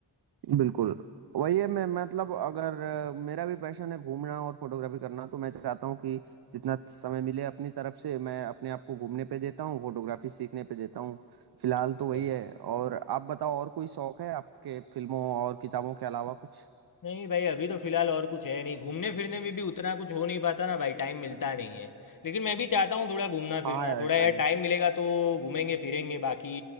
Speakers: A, on the right; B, on the left.
A: बिल्कुल वही है मैं मतलब अगर अ, मेरा भी पैशन है घूमना और फोटोग्राफी करना तो मैं चाहता हूँ कि जितना समय मिले अपनी तरफ से मैं अपने आप को घूमने पे देता हूँ फोटोग्राफी सीखने पे देता हूँ फिलहाल
B: है
A: तो वही है और आप बताओ और कोई शौक है आपके फिल्मों और किताबों के अलावा कुछ
B: नहीं भाई अभी तो फिलहाल और कुछ है नहीं घूमने फिरने में भी उतना कुछ हो नहीं पाता ना भाई टाइम मिलता नहीं है लेकिन मैं भी चाहता हूँ थोड़ा घूमना फिरना
A: हाँ यार
B: थोड़ा
A: टाइम
B: यार टाइम मिलेगा तो घूमेंगे फिरेंगे बाकी